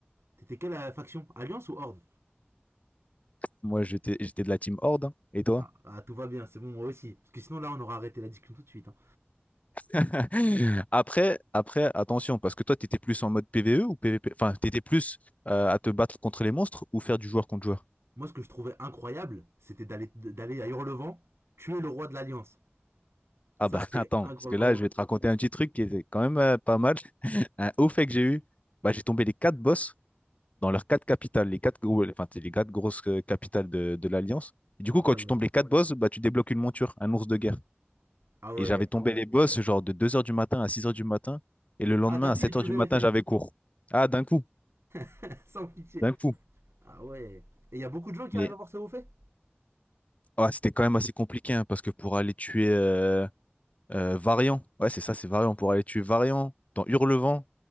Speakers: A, on the right; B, on the left.
A: t'étais quelle euh, faction Alliance ou Horde
B: Moi, j'étais, j'étais de la team Horde. hein. Et toi?
A: ah, ah, tout va bien, c'est bon, moi aussi. Parce que sinon, là, on aura arrêté la discussion tout de suite. hein.
B: <laughs> Après, après, attention, parce que toi, tu étais plus en mode PVE ou PVP? Enfin, tu étais plus euh, à te battre contre les monstres ou faire du joueur contre joueur?
A: Moi, ce que je trouvais incroyable, c'était d'aller, d'aller à Hurlevent, tuer le roi de l'Alliance.
B: Ah
A: Ça,
B: bah
A: c'était
B: <laughs> attends,
A: incro-
B: parce que là, je vais te raconter un petit truc qui était quand même euh, pas mal. <laughs> Un haut fait que j'ai eu, bah, j'ai tombé les quatre boss dans leurs quatre capitales, les quatre, gros- enfin, c'est les quatre grosses euh, capitales de, de l'Alliance. Et du
A: incroyable.
B: coup, quand tu tombes les quatre boss, bah, tu débloques une monture, un ours de guerre.
A: Ah ouais.
B: Et j'avais tombé les boss genre de deux heures du matin à six heures du matin. Et le lendemain,
A: Ah, d'affilée,
B: à sept
A: tu
B: heures
A: les
B: du
A: avais
B: matin,
A: fait.
B: j'avais cours. Ah, d'un coup,
A: <laughs> Sans pitié.
B: d'un coup.
A: Ah ouais. Et il y a beaucoup de gens qui
B: Mais
A: arrivent à voir ça vous fait
B: Ouais, c'était quand même assez compliqué hein, parce que pour aller tuer euh, euh, Variant, ouais, c'est ça, c'est Variant. Pour aller tuer Variant dans Hurlevent,